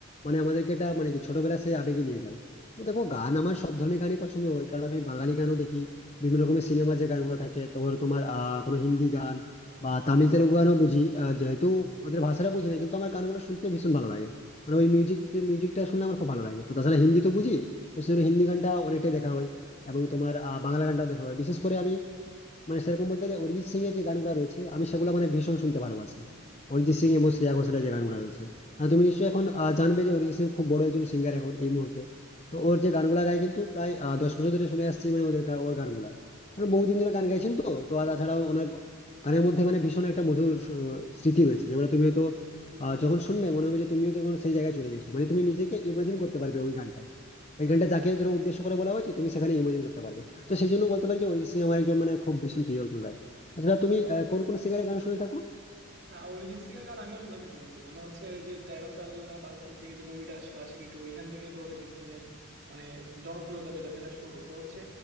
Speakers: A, on the left (about 30°); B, on the right (about 55°).
A: মানে আমাদেরকে এটা মানে কি ছোটবেলা সেই আবেগে নিয়ে যায় তো দেখো গান আমার সব ধরনের গানই পছন্দ হয় কারণ আমি বাঙালি গানও দেখি বিভিন্ন রকমের সিনেমা যে গানগুলো থাকে তোমার তোমার আহ কোনো হিন্দি গান বা তামিল তেলুগু গানও বুঝি আহ, যেহেতু ওদের ভাষাটা বুঝি না কিন্তু আমার গানগুলো শুনতে ভীষণ ভালো লাগে মানে ওই মিউজিক মিউজিকটা শুনলে আমার খুব ভালো লাগে তো তাছাড়া হিন্দি তো বুঝি তো সেজন্য হিন্দি গানটা অনেকটাই দেখা হয় এবং তোমার আহ, বাংলা গানটাও দেখো বিশেষ করে আমি মানে সেরকম বলতে গেলে অরিজিৎ সিং এর যে গানগুলো রয়েছে আমি সেগুলো মানে ভীষণ শুনতে ভালোবাসি অরিজিৎ সিং এবং শ্রেয়া ঘোষালের যে গানগুলো রয়েছে আর তুমি নিশ্চয়ই এখন আহ, জানবে যে অরিজিৎ সিং খুব বড় একজন সিঙ্গার এখন এই মুহূর্তে তো ওর যে গানগুলা গায় কিন্তু প্রায় আহ, দশ বছর ধরে শুনে আসছি মানে ওদের গা- ওর গানগুলা কারণ বহুদিন ধরে গান গাইছেন তো তো আর তাছাড়াও ওনার গানের মধ্যে মানে ভীষণ একটা মধুর আহ, স্মৃতি রয়েছে যেগুলো তুমি হয়তো আহ, যখন শুনবে মনে হবে যে তুমিও যখন সেই জায়গায় চলে গেছো মানে তুমি নিজেকে ইমাজিন করতে পারবে ওই গানটা ওই গানটা যাকে ধরো উদ্দেশ্য করে বলা হয়েছে তুমি সেখানে ইমাজিন করতে পারবে তো সেই জন্য বলতে পারি যে অরিজিৎ সিং আমার একজন মানে খুব ভীষণ প্রিয় একজন গায়ক আচ্ছা তুমি আহ, কোন কোন সিঙ্গারের গান শুনে থাকো
B: আহ, অরিজিৎ সিং এর গান আমিও শুনে থাকি বন্ধু মানে হচ্ছে এই যে তেরো সাল না বারো সালের দিকে যে মুভিটা আসছিল আশিকি টু ওইখান থেকেই তো অরিজিৎ সিং এর মানে যে জনপ্রিয়তা যেটা সেটা শুরু তো হচ্ছে